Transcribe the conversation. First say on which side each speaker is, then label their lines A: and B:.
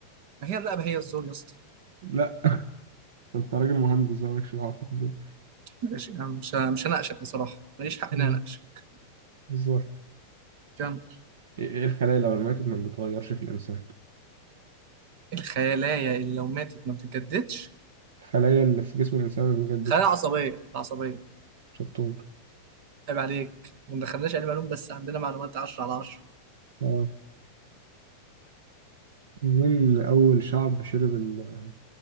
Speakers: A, on the right; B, on the right.
A: ما هي الرقبه هي الزور يا اسطى
B: لا انت راجل مهندس بقى مالكش دعوه بالدنيا.
A: ماشي انا مش مش هناقشك بصراحه ماليش حق
B: مم،
A: ان انا اناقشك
B: بالظبط
A: كمل
B: ايه إيه الخلايا لو ماتت ما بتتغيرش في الانسان
A: الخلايا اللي لو ماتت ما بتتجددش
B: الخلايا اللي في جسم الانسان ما بتجددش
A: خلايا عصبيه العصبيه
B: شطون
A: عيب عليك ما دخلناش علم علوم بس عندنا معلومات 10 على 10
B: اه مين اول شعب شرب ال-